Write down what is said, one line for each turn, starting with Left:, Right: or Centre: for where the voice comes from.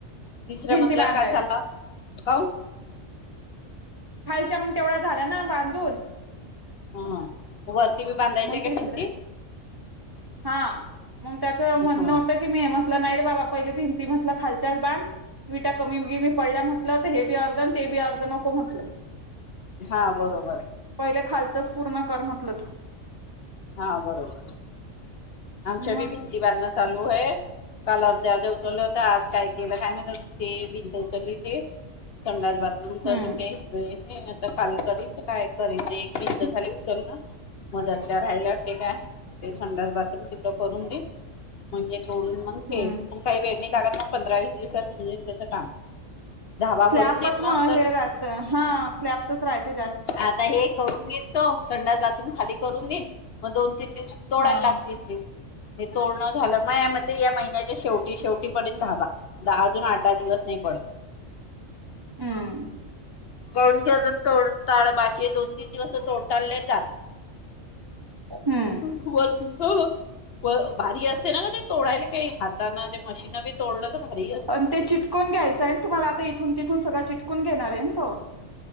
Left: तिसऱ्या
Right: भिंती
Left: मजल्यावर
Right: बांधायला.
Left: काय चाला काऊन?
Right: खालच्या मग तेवढ्या झाल्या ना बांधून.
Left: हम वरती बी बांधायची
Right: मग
Left: आहे
Right: तिसऱ्या
Left: का भिंती?
Right: हा मग त्याच म्हणणं
Left: हो
Right: होतं की मी म्हटलं नाही रे बाबा पहिले भिंती म्हटलं खालच्याच बांध. विटा कमी मी पडल्या म्हटलं तर हे बी अर्ध ते बी अर्ध नको म्हटलं.
Left: हा बरोबर आहे.
Right: पाहिलं खालचाच पूर्ण कर म्हटलं तो.
Left: हा बरोबर, आमच्या
Right: मग
Left: बी भिती बांधणे चालू आहे. कलर दे उठले होते आज कायमाहित गेले ते उठली ती. संडास बाथरूम चा
Right: हम्म
Left: अजून काही वेळ नाही. तर काल करीन तर काय करीन एक बी खाली उचल ना. मदतला राहायला वाटते का ते संडास बाथ करून दे मग सोडून मग वे
Right: हम्म.
Left: मग काही वेळ नाही लागत मग पंधरावी विस दिवसात होईल त्याच काम धाबा
Right: स्लॅबच
Left: भरून देईन मग
Right: म
Left: अंदर
Right: हे राहतं हा स्लॅबच राहते जास्त
Left: आता हे करून घेतो तो संडास बथरूम खाली करून घेईन मग दोन त दिव तोडायला
Right: हा
Left: लागतील हे हे तोरण झालं मग या म या महिन्याच्या शेवटी शेवटी पर्यंत धाबा दहा अजून आठ दहा दिवस नाहीकण
Right: हम
Left: कान घे तोडताळ बाकी दोन तीन दिवस तोडताळले जाते
Right: हम्म
Left: च हो भारी असते ना ते तोडायला काही हाताने ज मशीन बी तोडलं तर भारी असते
Right: आणि ते चिटकून घ्यायचंय तुम्हाला आता इथून तिथून सगळं चिटकून घेणार आहे तो